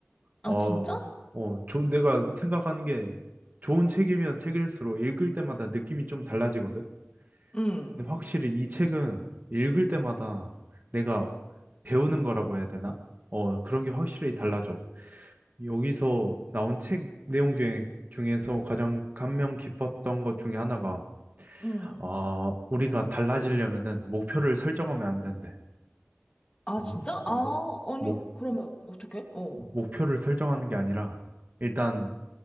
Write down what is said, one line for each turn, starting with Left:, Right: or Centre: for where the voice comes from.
Left: 아,
Right: 어,
Left: 진짜?
Right: 어, 좋은 내가 생각하는 게 좋은 책이면 책일수록 읽을 때마다 느낌이 좀 달라지거든.
Left: 응,
Right: 근데 확실히 이 책은 읽을 때마다 내가 배우는 거라고 해야 되나? 어, 그런 게 확실히 달라져. 여기서 나온 책 내용 중에, 중에서 가장 감명 깊었던 것 중에 하나가,
Left: 응.
Right: 아, 우리가 달라지려면은 목표를 설정하면 안 된대.
Left: 아,
Right: 음,
Left: 진짜?
Right: 어,
Left: 아,
Right: 목,
Left: 아니,
Right: 목,
Left: 그러면 어떡해? 어,
Right: 목표를 설정하는 게 아니라, 일단,